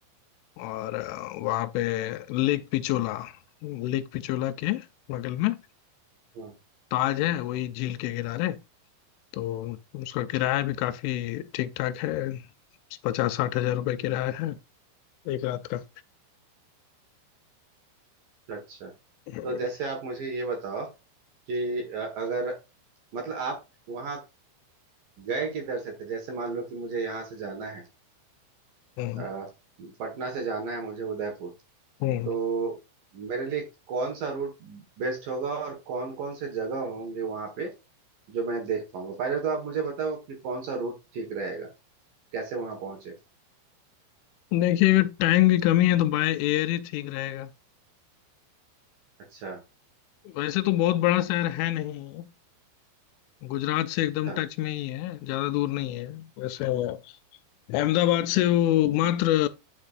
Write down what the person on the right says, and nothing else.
हम्म,
अच्छा
तो जैसे आप मुझे ये बताओ कि अ, अगर मतलब आप वहाँ गए किधर से थे जैसे मान लो कि मुझे यहाँ से जाना है
अ, पटना से जाना है मुझे उदयपुर
तो मेरे लिए कौन सा रूट बेस्ट होगा और कौन कौन से जगह होंगे वहाँ पे जो मैं देख पाऊंगा पहले तो आप मुझे बताओ कि कौन सा रूट ठीक रहेगा कैसे वहाँ पहुंचे
अच्छा
अच्छा